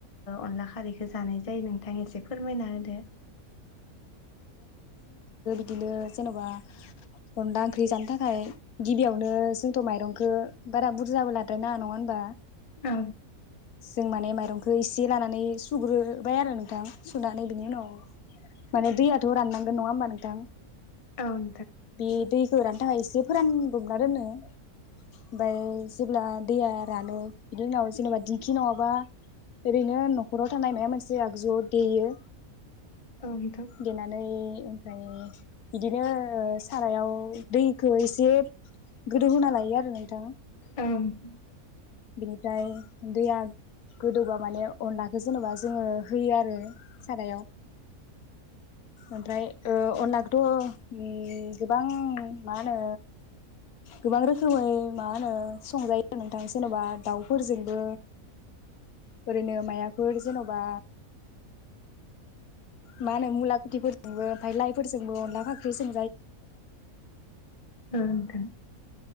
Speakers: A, on the left; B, on the left.
A: अनला खारैखौ जानाय जायो नोंथां एसे फोरमायना होदो।
B: बिनो जेनेबा अनला ओंख्रि जानो थाखाय गिबियावनो जोंथ' माइरंखौ बारा बुरजा बो ला ना नङा होमबा?
A: औ
B: जों माने माइरंखौ इसे लानानै सुग्रोबाय आरो नोंथां सुनानै बिनि उनाव माने दैयाथ' राननांगोन नङा होमबा नोंथां?
A: ओं
B: बे दैजों फोरानो थाखाय एसे फोरानदबना दोनो ओमफ्राय जेब्ला दैया रानो बिनि उनाव जेनेबा दिंखि नङाबा ओरैनो न'खराव थानाय माबा मोनसे आगजुआव देयो।
A: औ नोंथां
B: देनानै ओमफ्राय बिदिनो ओ सारायाव दैखौ एसे जे गोदौ होना लायो आरो नोंथां।
A: औ नोंथां
B: बिनिफ्राय दैैया गोदौबा माने अनलाखौ जेनेबा जोङो होयो आरो सारायाव ओमफ्राय अनलाखौथ' गोबां मा होनो गोबां रोखोमै मा होनो संजायो नोंथां जेन'बा दाउफोरजोंबो ओरैनो माइबाफोर जेन'बा माहोनो मुला खेथिफोर जोंबो ओमफ्राय लाइफोरजोंबो अनला फाख्रिजों
A: औ नोंथां